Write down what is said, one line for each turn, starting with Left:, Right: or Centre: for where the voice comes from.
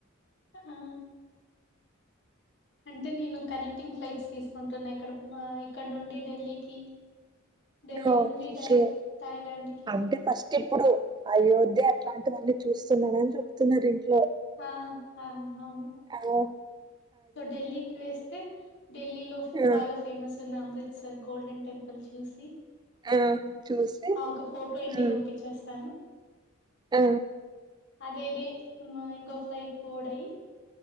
Left: ఆ అంటే నేను కనెక్టింగ్ ఫ్లైట్స్ తీసుకుంటున్నా ఇక్కడ మా ఇక్కడ నుండి ఢిల్లీకి ఢిల్లీ
Right: ఓకే
Left: నుండి డైరెక్ట్ థాయ్లాండ్ కి
Right: అంటే ఫస్ట్ ఇప్పుడు అయోధ్య అట్లాంటివన్నీ చూస్తున్నాడని చెప్తున్నారు ఇంట్లో
Left: ఆ ఆ హవును
Right: ఆవ్
Left: సో ఢిల్లీకి వేస్తే ఢిల్లీ లో
Right: ఆ
Left: బాగా ఫేమస్ ఉన్నా అం అమృత్సర్ గోల్డెన్ టెంపుల్ చూసి
Right: ఆ చూసి
Left: ఆ ఒక ఫోటో ఇంటికి
Right: ఉమ్
Left: పంపిచేస్తాను
Right: ఆ
Left: అదే డే మ్ ఇంగో ఫ్లైట్ బోర్డ్ ఐ